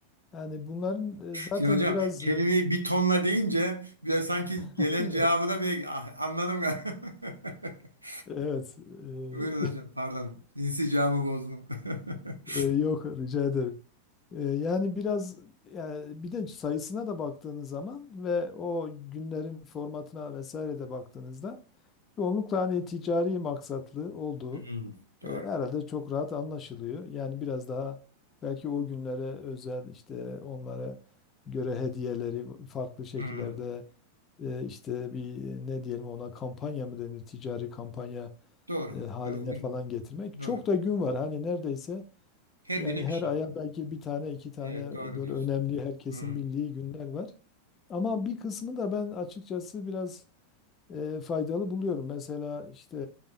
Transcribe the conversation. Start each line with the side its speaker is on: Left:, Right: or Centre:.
Left: Yani bunların e, zaten
Right: Şimdi hocam
Left: biraz
Right: kelimeyi
Left: e,
Right: bir tonla deyince bir sanki gelen
Left: <laughs>
Right: cevabı da bir ah, anladım galiba. <laughs>
Left: evet e,
Right: Buyurun hocam pardon. İnsicamı bozdum. <laughs>
Left: <laughs> e, yok rica ederim. E, yani biraz yani bir de sayısına da baktığınız zaman ve o günlerin formatına vesaire de baktığınızda çoğunlukla hani ticari maksatlı olduğu
Right: Hmm, doğru.
Left: E, herhalde çok rahat anlaşılıyor. Yani biraz daha belki o günlere özel işte onlara göre hediyeleri farklı şekillerde
Right: Hmm,
Left: e, işte bir e, ne diyelim ona kampanya mı denir ticari kampanya
Right: doğru.
Left: e, haline
Right: Doğru.
Left: falan getirmek.
Right: Doğru.
Left: Çok da gün var hani neredeyse
Right: Her
Left: yani
Right: güne
Left: her
Right: bir şey.
Left: aya belki bir tane iki tane
Right: Evet doğru
Left: böyle
Right: diyorsun.
Left: önemli herkesin
Right: Hmm.
Left: bildiği günler var. Ama bir kısmı da ben açıkçası biraz e, faydalı buluyorum. Mesela işte